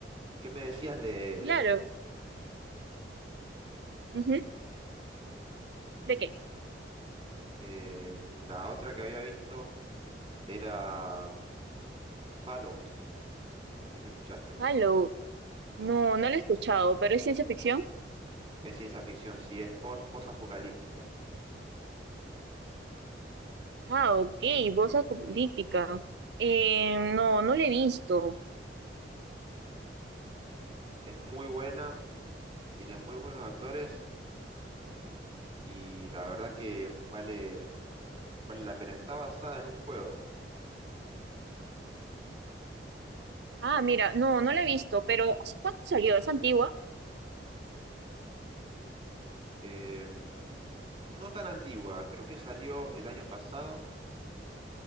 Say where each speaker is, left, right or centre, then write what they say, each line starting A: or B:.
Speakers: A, on the right; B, on the right.
A: ¿Qué me decías de,
B: Claro.
A: de pe-
B: Ujú. ¿De qué?
A: eh, la otra que había visto era Fallout? No sé si escuchaste.
B: halo No, no lo he escuchado, pero es ciencia ficción.
A: Es ciencia ficción, sí, es po- post-apocalíptica.
B: Ah, ok, voz política. Eh, no, no la he visto.
A: Es muy buena, tiene muy buenos actores y la verdad que vale, vale la pena. Está basada en un juego,
B: Ah, mira, no, no la he visto, pero ¿hace cuánto salió? ¿Es antigua?
A: em, no tan antigua, creo que salió el año pasado